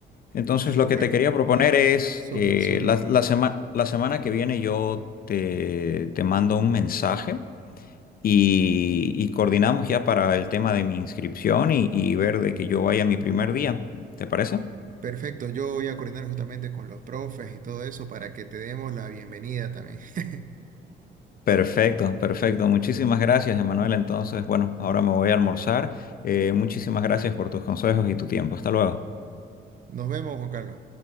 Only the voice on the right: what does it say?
súper,
súper,
súper.
Perfecto, yo voy a coordinar justamente con los profes y todo eso para que te demos la bienvenida también. <laughs>
Nos vemos, Juan Carlos.